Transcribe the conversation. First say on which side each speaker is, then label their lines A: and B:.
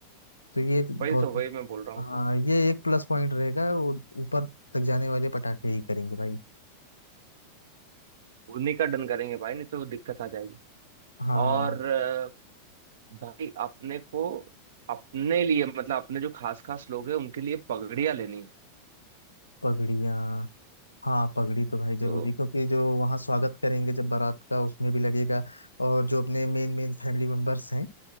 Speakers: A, on the left; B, on the right.
A: तो ये बहुत
B: वही तो वही मैं बोल रहा हूँ
A: हाँ
B: कि
A: ये एक प्लस पॉइंट रहेगा वो ऊपर तक जाने वाले पटाखे ही करेंगे भाई
B: उन्हीं का डन करेंगे भाई नहीं तो दिक्कत आ जाएगी
A: हाँ
B: और अ, भाई अपने को अपने लिए मतलब अपने जो खास खास लोग हैं उनके लिए पगड़ियाँ लेनी है।
A: पगड़ियाँ हाँ पगड़ी तो भाई जरूरी
B: तो
A: क्योंकि जो वहाँ स्वागत करेंगे जब बारात का उसमें भी लगेगा और जो अपने मेन मेन फैमिली मेंबर्स हैं